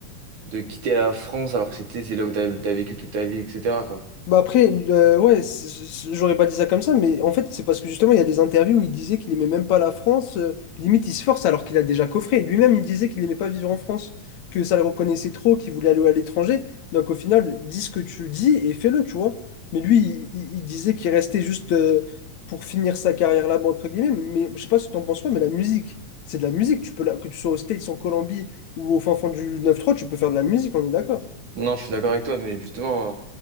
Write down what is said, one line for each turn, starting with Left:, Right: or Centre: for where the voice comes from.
Right: de quitter la France alors que c'était, c'est là où t'as, t'as vécu toute ta vie, etc., quoi.
Left: Bah après, euh, ouais, c- c- j'aurais pas dit ça comme ça, mais en fait, c'est parce que justement, il y a des interviews où il disait qu'il aimait même pas la France. euh, limite, il se force alors qu'il a déjà coffré. Lui-même, il disait qu'il aimait pas vivre en France, que ça le reconnaissait trop, qu'il voulait aller à l'étranger. Donc au final, dis ce que tu dis et fais-le, tu vois. Mais lui, il, il- il disait qu'il restait juste euh, pour finir sa carrière là-bas, entre guillemets. Mais je sais pas ce que t'en penses quoi, mais la musique, c'est de la musique. Tu peux la- que tu sois aux States, en Colombie ou au fin fond du 9-3, tu peux faire de la musique, on est d'accord.
Right: Non, je suis d'accord avec toi, mais justement, euh,